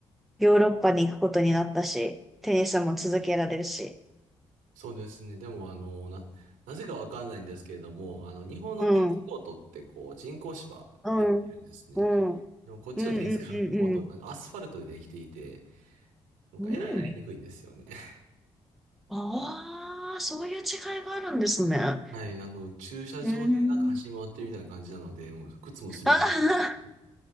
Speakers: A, in the centre; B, on the right (about 75°).
A: ヨーロッパに行くことになったし、テニスも続けられるし。
B: そうですね。でも、あの、な、なぜかわかんないんですけれども、あの、日本のテニスコートって、
A: うん、
B: こう、人工芝でできてるんですね。
A: うん、うん、うん、
B: でも、こっちのテニスコートって、
A: うん、うん、
B: なんかアスファルトでできていて、なんか、
A: うん。
B: えらいやりにくいんですよね。
A: うん
B: <laughs>
A: ああ、そういう違いがあるんですね。
B: はい。<laughs> あの、駐車場でなんか走り回ってるみたいな感じなので、
A: うーん。
B: もう、靴も擦り切ってるし、
A: ああ、